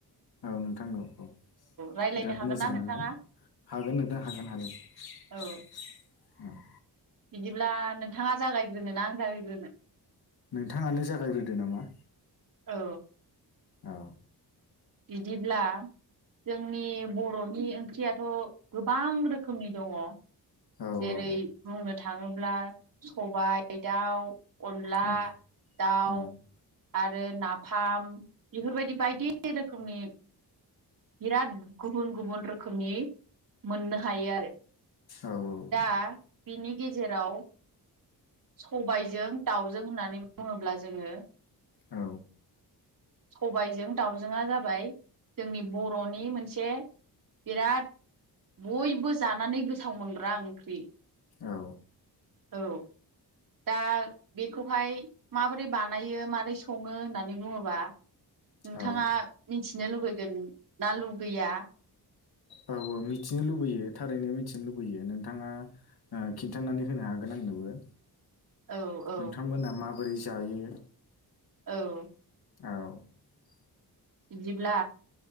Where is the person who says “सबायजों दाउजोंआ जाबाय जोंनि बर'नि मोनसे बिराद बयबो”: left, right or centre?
Right